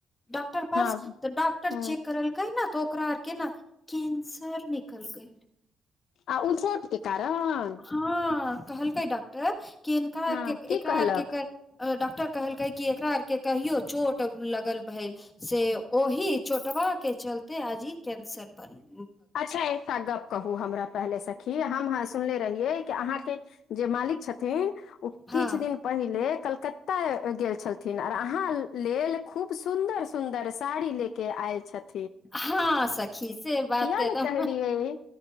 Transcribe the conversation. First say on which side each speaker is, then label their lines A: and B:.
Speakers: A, on the left (about 20°); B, on the left (about 70°).
A: डॉक्टर पास
B: हँ
A: तऽ डॉ र
B: हँ
A: चेक करलकै न तऽ ओकरा आर के न कैंसर निकल गइलै
B: आ उ चोटके कारण
A: हँ कहलकै डॉकटर कि इनका
B: हँ
A: आरके
B: की
A: एकरा
B: कहलक
A: आरके क डॉक्टर कहलकै कि एकरा आरके कहियो चोट लगल भेल से ओहि चोटवा के चलते आज ई कैंसर बनल
B: अच्छा एकटा गप्प कहू हमरा पहले सखी हम हँ सुनले रहियै अहाँके जे मालिक छथि थिन ओ
A: हँ
B: किछु दिन पहिले कलकत्ता गेल छलथिन आओर अहाँ लेल खूब सुन्दर सुन्दर साड़ी लऽ के आयल छथिन
A: हँ सखी से बात
B: न
A: एकदम
B: कहलियै